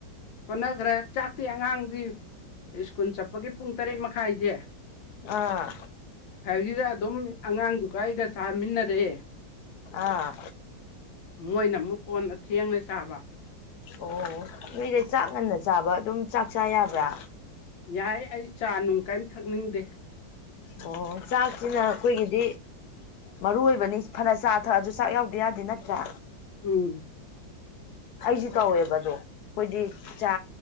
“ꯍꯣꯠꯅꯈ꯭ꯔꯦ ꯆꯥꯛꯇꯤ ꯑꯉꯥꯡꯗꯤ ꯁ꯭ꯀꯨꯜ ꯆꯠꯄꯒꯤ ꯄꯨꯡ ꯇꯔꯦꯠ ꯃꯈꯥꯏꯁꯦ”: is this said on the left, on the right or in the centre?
Left